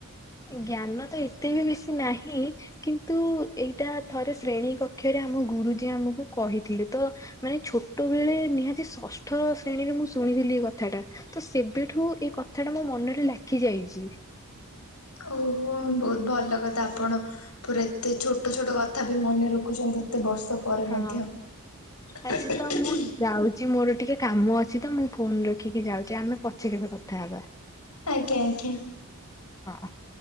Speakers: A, on the left (about 15°); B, on the left (about 90°).
A: ଜ୍ଞାନ ତ ଏତେ ବି ବେଶୀ ନାହିଁ କିନ୍ତୁ ଏଇଟା ଥରେ ଶ୍ରେଣୀ କକ୍ଷରେ ଆମ ଗୁରୁଜି ଆମକୁ କହିଥିଲେ ତ ମାନେ ଛୋଟବେଳେ ନିହାତି ଷଷ୍ଠ ଶ୍ରେଣୀରେ ମୁଁ ଶୁଣିଥିଲି ଏ କଥା ଟା ତ ସେବେଠୁ ଏଇ କଥା ଟା ମୋ ମନରେ ଲାଖି ଯାଇଛି।
B: ଓହୋ ବହୁତ ଭଲ କଥା ଆପଣ ପୁରା ଏତେ ଛୋଟ ଛୋଟ କଥା ବି ମନେ ରଖୁଛନ୍ତି ଏତେ ବର୍ଷ ପରେ
A: ହଁ
B: ମଧ୍ୟ <unintelligible>
A: ଆଚ୍ଛା ତ ମୁଁ ଯାଉଛି ମୋର ଟିକେ କାମ ଅଛି ତ ମୁଁ ଫୋନ ରଖିକି ଯାଉଛି ଆମେ ପଛେ କେବେ କଥାହବା।
B: ଆଜ୍ଞା - ଆଜ୍ଞା।
A: ହଁ।